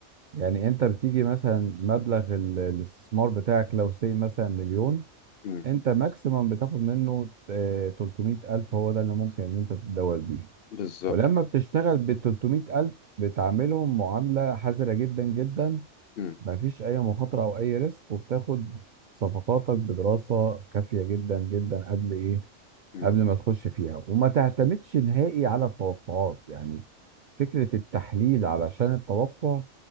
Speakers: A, on the right; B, on the left.
A: يعني انت بتيجي مثلا مبلغ ال- الاستثمار بتاعك لو سي مثلا مليون
B: مم.
A: انت ماكسيمم بتاخد منه آه، 300 الف هو ده اللي ممكن ان انت تتداول بيه
B: بالظبط
A: ولما بتشتغل بال 300000 بتعاملهم معاملة حذرة جدا جدا
B: مم.
A: مفيش أي مخاطرة أو أي ريسك وبتاخد صفقاتك بدراسة كافية جدا جدا قبل إيه
B: مم.
A: قبل ما تخش فيها وما تعتمدش نهائي على التوقعات يعني فكرة التحليل علشان التوقع